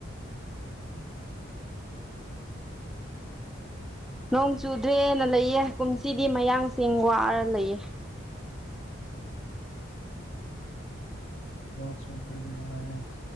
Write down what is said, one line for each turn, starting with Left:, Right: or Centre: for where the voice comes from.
Left: <inaudible>
Centre: ꯅꯣꯡ ꯆꯨꯗ꯭ꯔꯦꯅ ꯂꯩꯌꯦ ꯀꯨꯝꯁꯤꯗꯤ ꯃꯌꯥꯡꯁꯤꯡ ꯋꯥꯔ ꯂꯩꯌꯦ
Left: ꯅꯣꯡ ꯆꯨꯗ꯭ꯔꯗꯤ ꯅꯨꯉꯥꯏꯅꯤꯗ